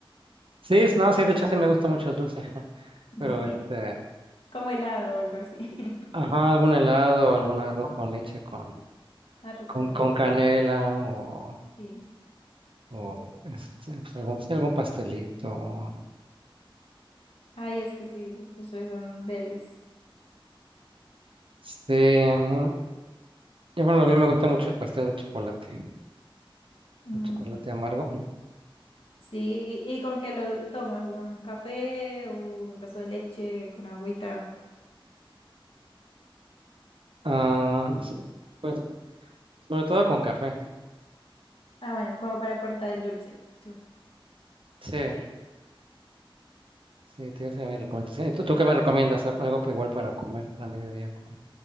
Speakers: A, on the right (about 65°); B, on the left (about 80°).
A: sí, es- no, sí, de hecho sí me gusta mucho el dulce. <laughs>
B: <laughs>
A: Pero este,
B: Como helado o algo así. <laughs>
A: ajá, algún helado, algún arroz con leche con,
B: Arroz
A: con,
B: con
A: con
B: leche
A: canela
B: es rico.
A: o,
B: Sí.
A: o este, pues, algún, sí, algún pastelito.
B: Ay, es que sí, los postres son delis.
A: Sí, a mí, yo, bueno, a mí me gusta mucho el pastel de chocolate,
B: Mm.
A: de chocolate amargo.
B: Sí, ¿y con qué lo tomas? ¿Un café o un vaso de leche con agüita?
A: Ah, s- pues sobre todo con café.
B: Ah, bueno, como para cortar el dulce. Chu.
A: Sí, sí, te sería mi recomendación. ¿Y tú, tú qué me recomiendas? Al- Algo pa- igual para comer, para mediodía. como-